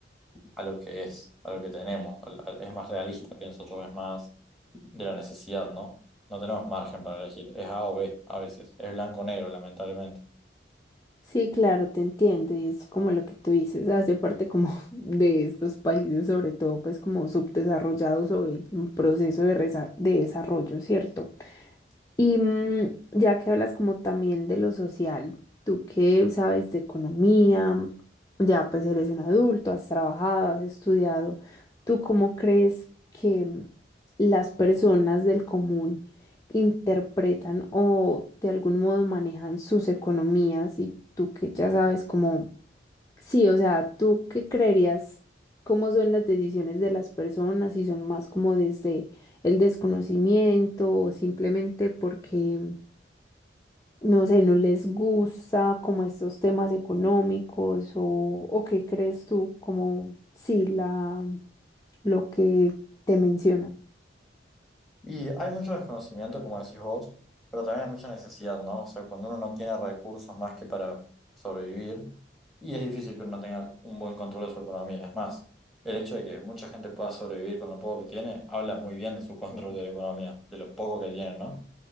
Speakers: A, in the centre; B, on the left.
A: a lo que es, a lo que tenemos. al- al- es más realista, pienso yo, es más de la necesidad, ¿no? No tenemos margen para elegir, es A o B a veces, es blanco o negro, lamentablemente.
B: Sí, claro, te entiendo y es como lo que tú dices, hace parte como <laughs> de estos países, sobre todo pues como subdesarrollados o en un proceso de, resa- de desarrollo, ¿cierto? Y mm, ya que hablas como también de lo social, tú que sabes de economía, ya pues eres un adulto, has trabajado, has estudiado, ¿tú cómo crees que mm, las personas del común interpretan o de algún modo manejan sus economías y tú que ya sabes cómo Sí, o sea, ¿tú qué creerías? ¿Cómo son las decisiones de las personas? Si son más como desde el desconocimiento o simplemente porque, no sé, no les gusta como estos temas económicos o, o qué crees tú como, sí, la, lo que te menciono.
A: Y hay mucho desconocimiento, como decís vos, pero también hay mucha necesidad, ¿no? O sea, cuando uno no tiene recursos más que para sobrevivir, y es difícil que uno tenga un buen control de su economía. Es más, el hecho de que mucha gente pueda sobrevivir con lo poco que tiene, habla muy bien de su <laughs> control de la economía, de lo poco que tiene, ¿no?